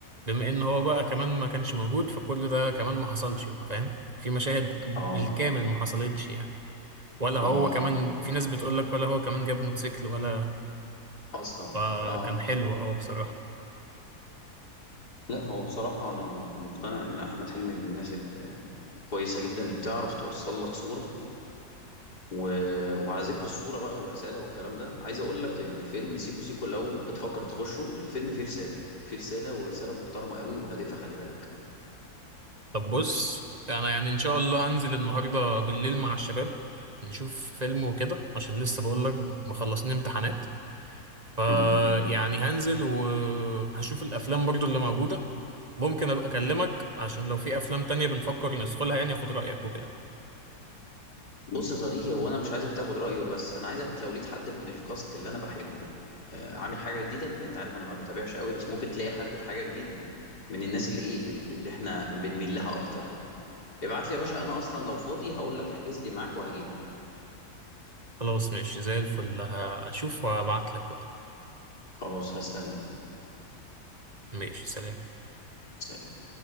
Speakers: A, on the right; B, on the left.
A: بما ان هو بقى كمان ما كانش موجود فكل ده كمان ما حصلش بقى فاهم في مشاهد بالكامل
B: اه
A: ما حصلتش يعني ولا هو
B: اه
A: كمان
B: اه اه
A: في ناس بتقول لك ولا هو كمان جاب موتوسيكل ولا
B: اصلا
A: فكان
B: اه
A: حلو اه بصراحة
B: لا هو بصراحة أنا م- مقتنع إن أحمد حلمي من الناس الكويسة جدا اللي بتعرف توصل لك صورة و... وعلى ذكر الصورة بقى والرسالة والكلام ده عايز أقول لك إن فيلم سيكو سيكو لو بتفكر تخشه الفيلم فيه رسالة فيه رسالة ورسالة محترمة قوي وهادفة خلي بالك
A: طب بص انا يعني ان شاء الله هنزل النهارده بالليل مع الشباب نشوف فيلم وكده عشان لسه بقول لك مخلصين امتحانات فيعني
B: مم.
A: هنزل وهشوف الافلام برضو اللي موجوده ممكن ابقى اكلمك عشان لو في افلام تانية بنفكر ندخلها يعني اخد رايك وكده
B: بص يا صديقي هو أنا مش عايزك تاخد رأيه بس أنا عايزك لو لقيت حد من الكاست اللي أنا بحبه آه، عامل حاجة جديدة لأن أنت عارف أنا ما بتابعش قوي بس ممكن تلاقي حد حاجة جديدة من الناس اللي إيه ال- اللي إحنا بنميل لها أكتر دي ابعت لي يا باشا أنا أصلا لو فاضي هقول لك احجز لي معاك وهجيلك
A: خلاص ماشي زي الفل هشوف وابعت لك بقى
B: خلاص هستناك
A: ماشي سلام
B: سلام